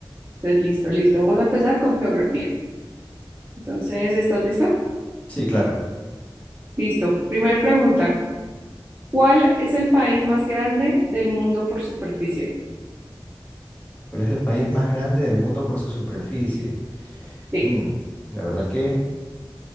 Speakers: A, on the right; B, on the left.
A: estés listo, listo. Vamos a empezar con geografía. Entonces, ¿estás listo?
B: Sí, claro.
A: Listo. Primer pregunta. ¿Cuál es el país más grande del mundo por superficie?
B: ¿Cuál es el país más grande del mundo por su superficie?
A: Sí.
B: Mm, la verdad que